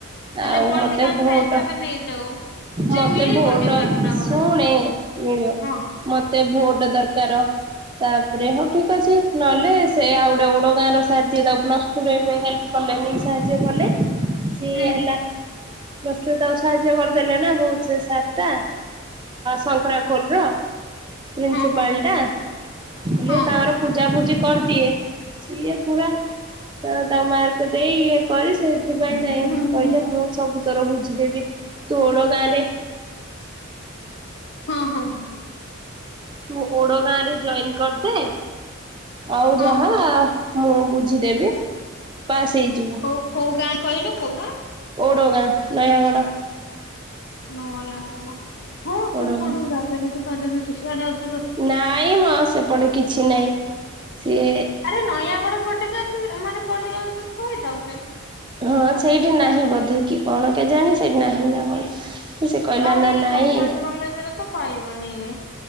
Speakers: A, on the right (about 25°); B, on the left (about 55°).
A: ଆଉ
B: ହେଲେ ପଲିଟିକାଲ
A: ମତେ ଭୋଟ
B: ସାଇନ୍ସ ଆକା ନେଇଯାଉ ଯେ
A: ମତେ
B: ମିଳିବନି
A: ଭୋଟ
B: ତାକୁ ନା କଣ
A: ଶୁଣେ ମିଳିବ।
B: ହଁ
A: ମୋତେ ଭୋଟ ଦରକାର। ତାପରେ ହଉ ଠିକ୍ ଅଛି। ନହେଲେ ସେ ଆଉ ଗୋଟେ ଓଡ ଗାଁ ର ସାରେ ଯିଏ ତାକୁ ପ୍ଲସ୍ ଟୁ ରେ ହେଲ୍ପ କଲେନି ସାହାଯ୍ୟ କଲେ ସିଏ
B: ହୁଁ
A: ହେଲା ପ୍ଲସ ଟୁ ରେ ତାକୁ ସାହାଯ୍ୟ କରିଦେଲେ ନା ବହୁତ ସେ ସାର ଟା ଶଙ୍କରା ଖୋଲ ର। ପ୍ରିନ୍ସିପାଲଟା
B: ହଁ ହଁ
A: ହେଲେ
B: ହଁ
A: ତାଙ୍କର ପୂଜା ପୂଜି କରିଦିଏ। ସିଏ ପୁରା ତାକୁ ମାର୍କ ଦେଇ ଇଏ କରି ସେ ଏଥି ପାଇଁ
B: ହୁଁ
A: ନାଇଁ
B: ହୁଁ
A: କହିଲେ ମୁଁ ସବୁତୋର ବୁଝିଦେବି ତୁ ଓଡ଼ ଗାଁରେ
B: ହଁ- ହଁ
A: ତୁ ଓଡ ଗାଁରେ ଜଏନ୍ କରିଦେ। ଆଉ
B: ହଁ
A: ଯାହା ମୁଁ ବୁଝିଦେବି ପାସ୍ ହେଇଯିବୁ।
B: କୋଉ କୋଉ ଗାଁ କହିଲୁ କୋଉ ଗାଁ
A: ଓଡୋଗାଁ ନୟାଗଡ।
B: ନୟାଗଡ଼ ହଁ ସେପଟୁ
A: ଓଡଗାଁ
B: ରାଜନୀତି ଫଜନୀତି ସିଆଡେ ଅଧିକ
A: ନାଇଁ ମ ସେପଟେ କିଛି ନାଇଁ ସିଏ
B: ଆରେ ନୟାଗଡ ପଟେଇଥାନ୍ତୁାନେ ପଡିଗି ଶୋଇଥାଉଛେ <unintelligible>
A: ହଁ ସେଇଠି ନାହିଁ ବୋଧେ କି କଣ କେ ଜାଣି ସେଇଠି ନାହିଁ ନା କଣ? ସେ କହିଲା
B: ଆଉ
A: ନା
B: ଏଇ
A: ନାଇଁ
B: ଗର୍ମେଣ୍ଟ କଲେଜରେ ତ ପାଇବନି ଇଏ।